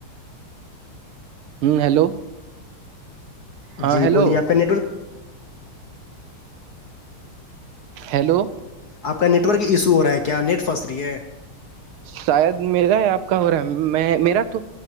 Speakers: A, on the right (about 80°); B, on the left (about 55°).
A: ہوں ہیلو ہاں
B: جی
A: ہیلو
B: بولیے آپ کا نیٹ ورک
A: ہیلو
B: آپ کا نیٹ ورک ایشو ہو رہا ہے کیا نیٹ پھنس رہی ہے
A: شاید میرا ہی آپ کا ہو رہا ہے میں میرا تو